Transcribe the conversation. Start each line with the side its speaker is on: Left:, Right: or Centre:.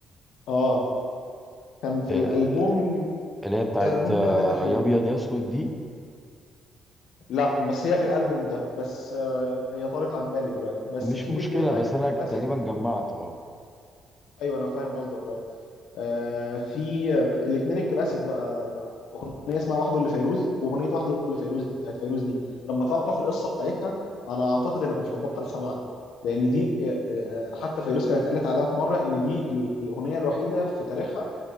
Left: آه، كان في
Centre: آه،
Left: الالبوم
Centre: اللي هي بتاعت
Left: الالبوم
Centre: آه،
Left: اللي قبل الاخير
Centre: يا ابيض يا اسود دي
Left: لا بس هي في الالبوم ده بس آه، هي طارت عن بالي دلوقتي بس
Centre: مش
Left: في
Centre: مشكله
Left: الاثنين بقى
Centre: بس انا تقريبا
Left: الكلاسيك
Centre: جمعت اه
Left: ايوه انا فاهم قصدك اه آه، في الاثنين الكلاسيك بقى اغنيه اسمها وحده اللي فيروز واغنيه وحده اللي فيروز دي بتاعت فيروز دي لما تعرف القصه بتاعتها انا اعتقد انك مش هتبطل سماعها لان دي آه، آه، حتى فيروز كانت قالت عليها في مره ان دي ال- الاغنيه الوحيده في تاريخها